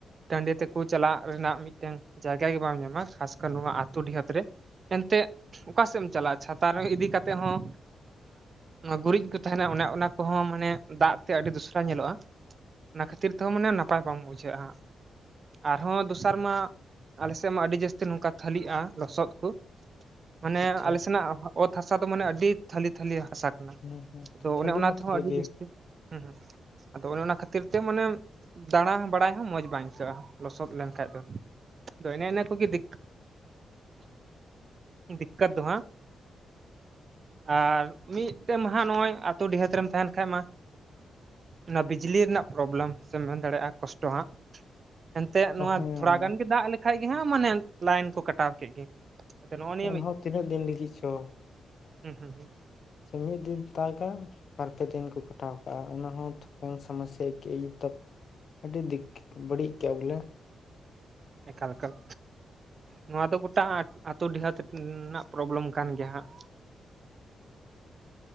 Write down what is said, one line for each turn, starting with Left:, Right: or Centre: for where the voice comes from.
Right: ᱴᱟᱺᱰᱤ ᱛᱮᱠᱚ ᱪᱟᱞᱟᱜ ᱨᱮᱱᱟᱜ ᱢᱤᱫᱴᱮᱱ ᱡᱟᱭᱜᱟ ᱜᱮ ᱵᱟᱢ ᱧᱟᱢᱟ ᱠᱷᱟᱥᱠᱟᱨ ᱱᱚᱣᱟ ᱟᱛᱳ ᱰᱤᱦᱟᱹᱛ ᱨᱮ, ᱮᱱᱛᱮᱜ ᱚᱠᱟ ᱥᱮᱫ ᱮᱢ ᱪᱟᱞᱟᱜᱼᱟ ᱪᱷᱟᱛᱟ ᱨᱮ ᱤᱫᱤ ᱠᱟᱛᱮᱜ ᱦᱚᱸ ᱜᱩᱨᱤᱡ ᱠᱚ ᱛᱟᱦᱮᱱᱟ ᱮ ᱚᱱᱟ ᱠᱚᱦᱚᱸ ᱢᱟᱱᱮ ᱫᱟᱜ ᱛᱮ ᱟᱹᱰᱤ ᱫᱩᱥᱨᱟ ᱧᱮᱞᱚᱜᱼᱟ᱾ ᱚᱱᱟ ᱠᱷᱟᱹᱛᱤᱨ ᱛᱮᱦᱚᱸ ᱢᱟᱱᱮ ᱱᱟᱯᱟᱭ ᱵᱟᱢ ᱵᱩᱡᱷᱟᱹᱜᱼᱟ ᱦᱟᱸᱜ, ᱟᱨᱦᱚᱸ ᱫᱚᱥᱟᱨ ᱢᱟ ᱟᱞᱮᱥᱮᱫ ᱢᱟ ᱟᱹᱰᱤ ᱡᱟᱹᱥᱛᱤ ᱱᱚᱝᱠᱟ ᱛᱷᱟᱹᱞᱤᱜᱼᱟ ᱞᱚᱥᱚᱫ ᱠᱚ, ᱢᱟᱱᱮ
Left: ᱟᱪᱪᱷᱟ
Right: ᱟᱞᱮ ᱥᱮᱱᱟᱜ ᱚᱛ ᱦᱟᱥᱟ ᱫᱚ ᱢᱟᱱᱮ ᱟᱹᱰᱤ ᱛᱷᱟᱞᱤ ᱛᱷᱟᱞᱤ ᱦᱟᱥᱟ ᱠᱟᱱᱟ
Left: ᱦᱩᱸ ᱦᱩᱸ
Right: ᱟᱫᱚ
Left: ᱛᱷᱟᱹᱞᱤ
Right: ᱚᱱᱮ ᱚᱱᱟ
Left: ᱢᱟ
Right: ᱛᱮᱦᱚᱸ
Left: ᱛᱷᱟᱹᱞᱤ
Right: ᱟᱹᱰᱤ
Left: ᱜᱮ
Right: ᱡᱟᱹᱥᱛᱤ ᱦᱩᱸ ᱦᱩᱸ ᱟᱫᱚ ᱚᱱᱮ ᱚᱱᱟ ᱠᱷᱟᱹᱛᱤᱨ ᱛᱮ ᱢᱟᱱᱮ ᱫᱟᱬᱟ ᱵᱟᱲᱟᱭ ᱦᱚᱸ ᱢᱚᱸᱡᱽ ᱵᱟᱝ ᱟᱹᱭᱠᱟᱹᱜᱼᱟ᱾ ᱞᱚᱥᱚᱫ ᱞᱮᱱᱠᱷᱟᱡ ᱫᱚ ᱟᱫᱚ ᱚᱱᱮ ᱤᱱᱟᱹ ᱠᱚᱜᱮ ᱫᱤᱠ ᱫᱤᱠᱠᱟᱛ ᱫᱚ ᱦᱟᱸᱜ᱾ ᱟᱨ ᱢᱤᱫᱴᱮᱱ ᱢᱟᱦᱟ ᱱᱚᱜᱼᱚᱭ ᱟᱛᱳ ᱰᱤᱦᱟᱹᱛ ᱨᱮᱢ ᱛᱟᱦᱮᱱ ᱠᱷᱟᱡ ᱢᱟ, ᱚᱱᱟ ᱵᱤᱡᱽᱞᱤ ᱨᱮᱱᱟᱜ ᱯᱨᱚᱵᱞᱮᱢ ᱥᱮᱢ ᱢᱮᱱ ᱫᱟᱲᱮᱭᱟᱜᱼᱟ ᱠᱚᱥᱴᱚ ᱦᱟᱸᱜ᱾ ᱮᱱᱛᱮᱜ ᱱᱚᱣᱟ
Left: ᱚ ᱦᱮᱸ
Right: ᱛᱷᱚᱲᱟ ᱜᱟᱱ ᱜᱮ ᱫᱟᱜ ᱞᱮᱠᱷᱟᱡ ᱜᱮ ᱦᱟᱜ ᱢᱟᱱᱮ ᱞᱟᱭᱤᱱ ᱠᱚ ᱠᱟᱴᱟᱣ ᱠᱮᱫ ᱜᱮ᱾ ᱟᱫᱚ ᱱᱚᱜᱼᱚ ᱱᱤᱭᱟᱹ
Left: ᱮᱱᱦᱚᱸ ᱛᱤᱱᱟᱹᱜ ᱫᱤᱱ ᱞᱟᱹᱜᱤᱫ ᱪᱚ᱾
Right: ᱦᱮᱸ ᱦᱩᱸ ᱦᱩᱸ
Left: ᱥᱮ ᱢᱤᱫ ᱫᱤᱱ ᱫᱟᱜᱟᱭ ᱵᱟᱨᱯᱮ ᱫᱤᱱ ᱠᱚ ᱠᱟᱴᱟᱣ ᱠᱟᱜᱼᱟ ᱚᱱᱟ ᱦᱚᱸ ᱛᱚ ᱥᱚᱢᱚᱥᱥᱟ ᱠᱚ ᱟᱹᱭᱠᱟᱹᱜ᱾ ᱛᱚ ᱟᱹᱰᱤ ᱫᱤᱠ ᱵᱟᱹᱲᱤᱡ ᱠᱮᱭᱟ ᱵᱚᱞᱮ,
Right: ᱮᱠᱟᱞ ᱮᱠᱟᱞ ᱱᱚᱣᱟ ᱫᱚ ᱜᱚᱴᱟ ᱟᱛᱳ ᱰᱤᱦᱟᱹᱛ ᱨᱮᱱᱟᱜ ᱯᱨᱚᱵᱞᱮᱢ ᱠᱟᱱ ᱜᱮᱭᱟ ᱦᱟᱸᱜ᱾